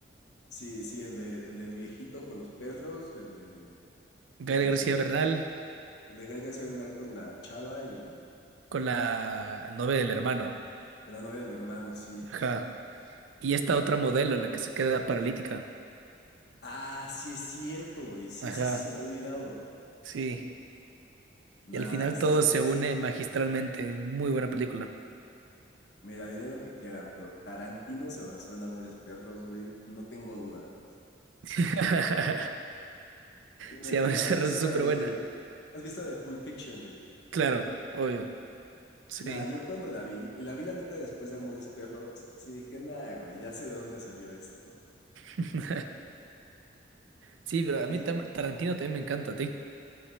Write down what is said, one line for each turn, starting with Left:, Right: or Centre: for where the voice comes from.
Left: Sí, sí, el de, el del viejito con los perros, el de,
Right: Gael
Left: el
Right: García Bernal
Left: de, el de Gael García Bernal con la chava y
Right: con la novia del hermano,
Left: con la novia del hermano, sí.
Right: ajá.
Left: Y-
Right: Y esta otra modelo, la que se queda paralítica,
Left: ah, sí es cierto, güey. Sí,
Right: ajá,
Left: sí, sí, se me había olvidado.
Right: sí.
Left: Nah,
Right: Y al final
Left: está
Right: todo
Left: buenísimo.
Right: se une magistralmente, muy buena película.
Left: Mira, dirán lo que quieran, pero Tarantino se basó en Amores Perros, güey. No tengo duda.
Right: <laughs>
Left: Imagino,
Right: Sí, a ser
Left: ¿has visto
Right: súper
Left: la de,
Right: buena.
Left: has visto la de Pulp Fiction, güey?
Right: Claro, obvio, sí.
Left: Nah, yo cuando la vi, y la vi la neta después de Amores Perros, sí dije, nah, güey, ya sé de dónde salió esto.
Right: <laughs> Sí, pero a
Left: Oye,
Right: mí tam- Tarantino también me encanta, a ti.